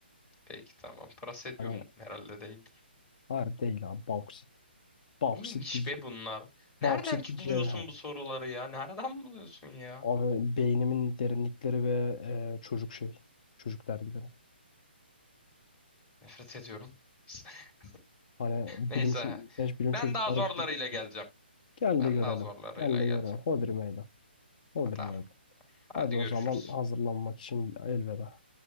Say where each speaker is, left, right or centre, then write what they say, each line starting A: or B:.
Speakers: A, on the left; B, on the left.
A: Peki tamam. Praseodyum
B: Hani
A: herhalde değildir.
B: hayır değil abi bauksit. Bauksit
A: Neymiş
B: bir
A: be bunlar? Nereden
B: bauksit
A: ç-
B: bir cevher.
A: buluyorsun bu soruları ya? Nereden buluyorsun ya?
B: Abi beynimin derinlikleri ve e, çocuk şey. Çocuk dergileri.
A: Nefret ediyorum. <laughs>
B: Hani
A: Neyse.
B: bilim ço- sen hiç bilim
A: Ben
B: çocuk
A: daha
B: dergisi
A: zorlarıyla
B: okudun
A: geleceğim.
B: mu? Gel
A: Ben
B: de görelim.
A: daha zorlarıyla
B: Gel de
A: geleceğim.
B: görelim. Hodri meydan. Hodri
A: Ha, tamam.
B: meydan.
A: Hadi
B: Hadi o
A: görüşürüz.
B: zaman hazırlanmak için elveda.